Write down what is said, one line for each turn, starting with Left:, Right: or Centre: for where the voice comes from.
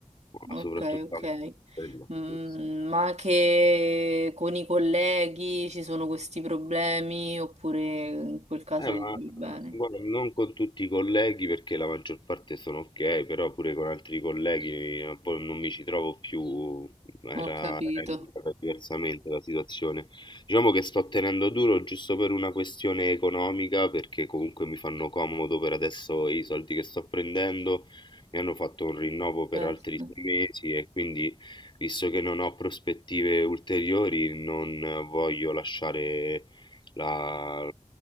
Right: ok,
Left: soprattutto
Right: ok.
Left: anche quello.
Right: Mm,
Left: sì.
Right: ma anche con i colleghi ci sono questi problemi, oppure in quel caso
Left: Eh, ma
Right: ti trovi
Left: eh,
Right: bene?
Left: guarda, non con tutti i colleghi perché la maggior parte sono ok, però pure con altri colleghi eh, poi non mi ci trovo più, era,
Right: Ho capito,
Left: era iniziata diversamente la situazione. Diciamo che sto tenendo duro giusto per una questione economica, perché comunque mi fanno comodo per adesso i soldi che sto prendendo, mi hanno fatto un rinnovo per
Right: certo,
Left: altri sei mesi e quindi, visto che non ho prospettive ulteriori, non eh, voglio lasciare la,